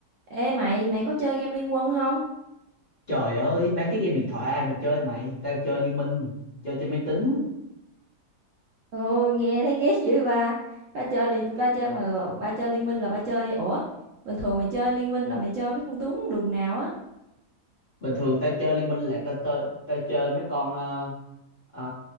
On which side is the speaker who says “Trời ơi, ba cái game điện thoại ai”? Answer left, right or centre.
Left